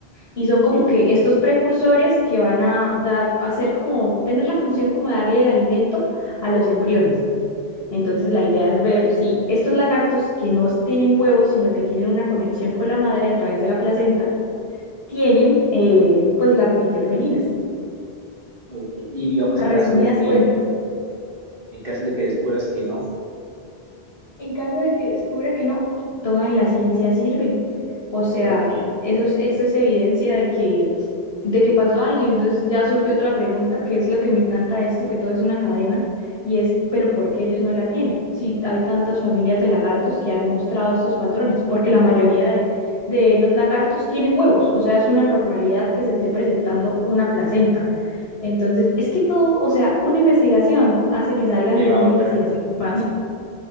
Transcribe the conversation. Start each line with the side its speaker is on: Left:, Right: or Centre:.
Left: Y son como
Right: ok,
Left: que estos precursores que van a dar, a hacer como, tener la función como de darle el alimento a los embriones. Entonces la idea es ver si estos lagartos que no tienen huevos, sino que tienen una conexión con la madre a través de la placenta, tienen eh, pues las vitelogeninas.
Right: ok. Y digamos
Left: A
Right: en
Left: resumidas
Right: caso de que
Left: cuentas,
Right: En caso de que descubras que no,
Left: En caso de que descubra que no, todo en la ciencia sirve. O sea,
Right: ok,
Left: eso es, eso es evidencia de que, de que pasó algo y entonces ya surge otra pregunta, que es lo que me encanta de esto, que todo es una cadena, y es, pero ¿por qué ellos no la tienen? Si hay tantas familias de lagartos que han mostrado estos patrones, porque la mayoría de, de los lagartos tienen huevos, o sea, es una normalidad que se esté presentando una placenta. Entonces, es que todo, o sea, una investigación hace que salgan
Right: lleva
Left: diez mil
Right: a otra.
Left: investigaciones más.